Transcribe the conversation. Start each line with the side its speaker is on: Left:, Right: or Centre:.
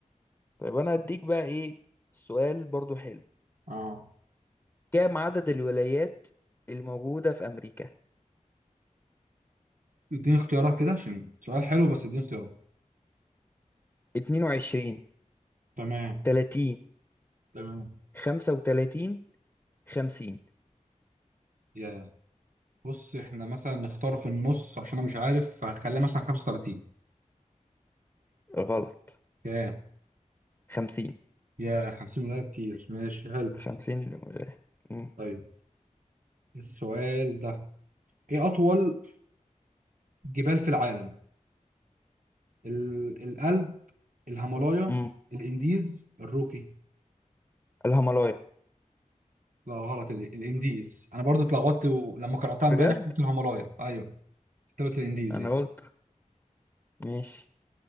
Left: طيب أنا هديك بقى إيه سؤال برضو حلو
Right: اه
Left: كام عدد الولايات الموجودة في أمريكا
Right: اديني اختيارات كده عشان سؤال حلو بس اديني اختيارات
Left: 22
Right: تمام
Left: 30
Right: تمام
Left: 35 50
Right: يا بص احنا مثلا نختار في النص عشان انا مش عارف فهخليها مثلا 35
Left: غلط
Right: يا
Left: 50
Right: يا 50 ولا كتير ماشي حلو
Left: 50 الولاية مم.
Right: طيب السؤال ده ايه اطول جبال في العالم ال- القلب الهيمالايا
Left: مم.
Right: الانديز الروكي
Left: الهيمالايا
Right: لا غلط ال- الانديز انا برضو اتلخبطت و- لما قراتها امبارح
Left: بجد
Right: قلت الهيمالايا ايوه كتبت الانديز
Left: أنا
Right: يعني
Left: قلت ماشي